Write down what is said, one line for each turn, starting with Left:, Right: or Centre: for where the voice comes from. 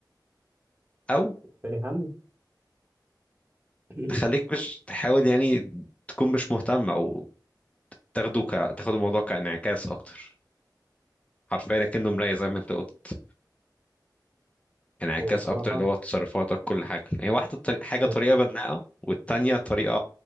Left: او
Right: تاني حل <clears throat>
Left: تخليك مش تحاول يعني تكون مش مهتم او تاخده ك... تاخد الموضوع كانعكاس اكتر حرفيا كأنه مراية زي ما انت قلت انعكاس
Right: هو الصراحه
Left: اكتر اللي هو تصرفاتك كل حاجة يعني واحدة طريق... حاجة
Right: مم.
Left: طريقة بناءة والتانية طريقة